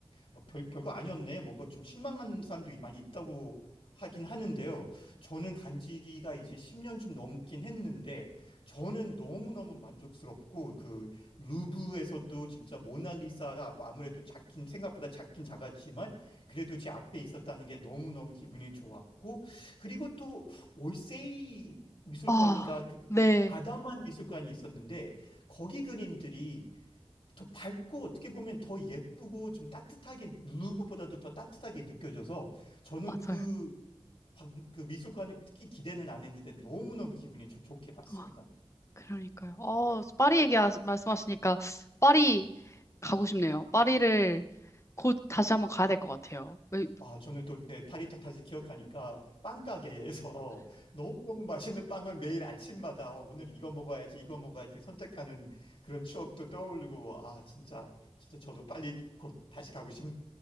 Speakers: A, on the left; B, on the left.
A: 뭐 별, 별거 아니었네. 뭐 뭐 좀 실망한 사람도 많이 있다고 하긴 하는데요. 저는 간 지가 이제 1 0년좀 넘긴 했는데 저는 너무너무 만족스럽고 그 루브에서도 진짜 모나리사가 아무래도 작긴 생각보다 작긴 작았지만 그래도 제 앞에 있었다는 게 너무너무 기분이 좋았고 그리고 또 올세이 미술관인가
B: 아,
A: 그
B: 네.
A: 아담한 미술관이 있었는데 거기 그림들이 더 밝고 어떻게 보면 더 예쁘고 좀 따뜻하게 루브보다도 더 따뜻하게 느껴져서 저는
B: 맞아요.
A: 그, 방- 그 미술관을 특히 기대는 안 했는데 너무너무 기분이 좋- 좋게 봤습니다.
B: 아, 그러니까요. 어, 파리 얘기 하- 말씀하시니까, 파리 가고 싶네요. 파리를 곧 다시 한번 가야 될 것 같아요. 왜-
A: 아, 저는 또 내 파리타 다시 기억하니까 빵가게에서 <laughs> 너무너무 맛있는 빵을 매일 아침마다 어, 오늘 이거 먹어야지 이거 먹어야지 선택하는 그런 추억도 떠오르고 아 진짜 진짜 저도 빨리 곧 다시 가고 싶네요.